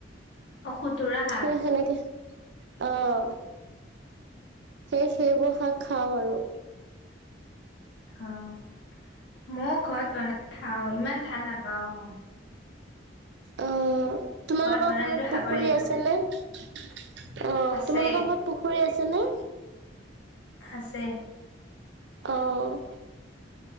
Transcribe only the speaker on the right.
এই সেনেকে অ'। সেই সেইবোৰ শাক খাওঁ আৰু।
অ', তোমালোকৰ
ঘৰত
পুখুৰী
আছে নে? অ',
তোমালোকৰ ঘৰত পুখুৰী আছে নে?
অ',